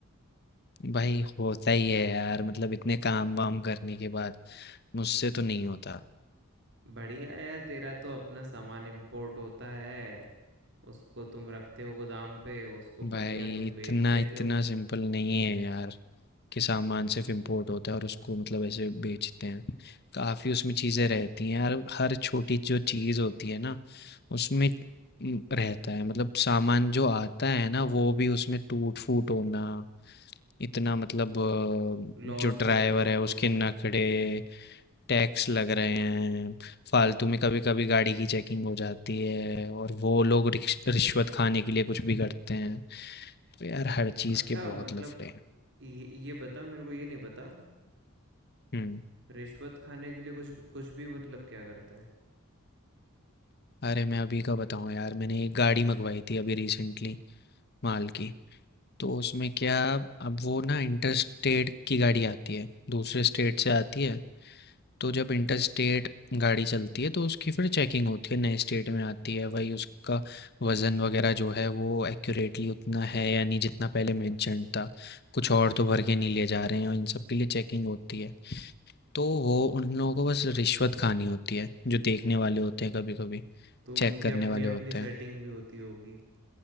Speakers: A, on the left; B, on the right.
A: भाई होता ही है यार मतलब इतने काम वाम करने के बाद मुझसे तो नहीं होता
B: बढ़िया यार तेरा तो अपना सामान इंपोर्ट होता है उसको तुम रखते हो गोदाम पे उसको
A: भाई
B: बढ़िया तुम
A: इतना
B: बेच देते
A: इतना
B: हो
A: सिंपल नहीं है यार कि सामान सिर्फ इम्पोर्ट होता है और उसको मतलब ऐसे बेचते हैं काफ़ी उसमें चीज़ें रहती हैं यार हर छोटी जो चीज़ होती है ना उसमें म, रहता है मतलब सामान जो आता है ना वो भी उसमें टूट फूट होना इतना मतलब अ,
B: लॉस
A: जो ड्राइवर
B: भी होता
A: है
B: होगा
A: उसके
B: उसमें
A: नखरे टैक्स लग रहे हैं फालतू में कभी कभी गाड़ी की चेकिंग हो जाती है और वो लोग रिक्श- रिश्वत खाने के लिए कुछ भी करते हैं तो यार हर चीज़
B: अच्छा
A: के बहुत
B: मतलब
A: लफड़े हैं
B: ये ये बता मेरे को ये नहीं पता
A: हम्म
B: रिश्वत खाने के लिए कुछ कुछ भी मतलब क्या करते हैं
A: अरे मैं अभी का बताऊँ यार मैंने एक गाड़ी मंगवाई थी अभी रिसेंटली माल की तो उसमें क्या अब वो ना इंटर स्टेट की गाड़ी आती है दूसरे स्टेट से आती है तो जब इंटर स्टेट गाड़ी चलती है तो उसकी फिर चेकिंग होती है नए स्टेट में आती है वही उसका वज़न वगैरह जो है वो एक्यूरेटली उतना है या नहीं जितना पहले मेंशन था कुछ और तो भर के नहीं ले जा रहे हैं और इन सब के लिए चेकिंग होती है तो वो उन लोगों को बस रिश्वत खानी होती है जो देखने वाले होते हैं कभी कभी
B: तो
A: चेक
B: उनकी
A: करने
B: अपनी
A: वाले होते
B: अपनी सेटिंग
A: हैं
B: भी होती होगी